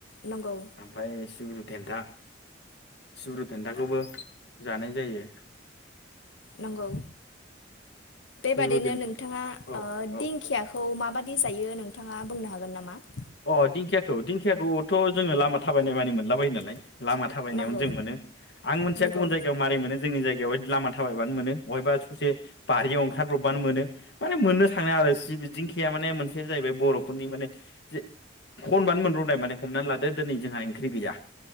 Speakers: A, on the left; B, on the left.
A: नंगौ
B: ओमफ्राय सिब्रु देन्था सिब्रु देन्थाखौबो जानाय जायो।
A: नंगौ बेबादिनो
B: सिब्रु देन्था
A: नोंथाङा
B: औ औ
A: दिंखियाखौ माबाद <unintelligible> जायो
B: अ दिंखियाखौ दिंखियाखौथ' जोङो लामा थाबायनाय मानि मोनला बायो नालाय लामा थाबायनायावनो
A: नंगौ
B: जों मोनो आं मोनथिया
A: नंगौ
B: गुबुन जायगायाव मारै मोनो जोंनि जायगायाव लामा थाबायबानो मोनो बहायबा ससे बारियाव ओंखारब्रबानो मोनो माने मोननो थाङो आरो सि बिदिंखिया माने मोनसे जाहैबाय बर'फोरनि माने जे खनबानो मोनब्रनाय माने हमनानै लादो दिनै जोंहा ओंख्रि गैया